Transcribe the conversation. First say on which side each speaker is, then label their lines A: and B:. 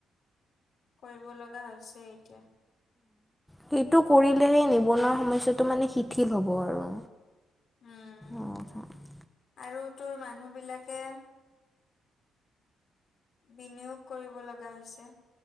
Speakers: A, on the left; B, in the centre.
A: কৰিব লগা হৈছে এতিয়া।
B: সেইটো কৰিলেহে নিবনুৱা সমস্যাটো মানে শিথিল হ'ব আৰু
A: উম
B: উম
A: আৰু তোৰ মানুহবিলাকে। বিনিয়োগ কৰিব লগা হৈছে।